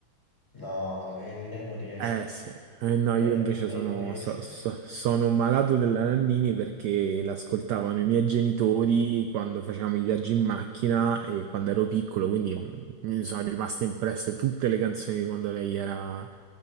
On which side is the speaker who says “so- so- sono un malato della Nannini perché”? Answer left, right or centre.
Right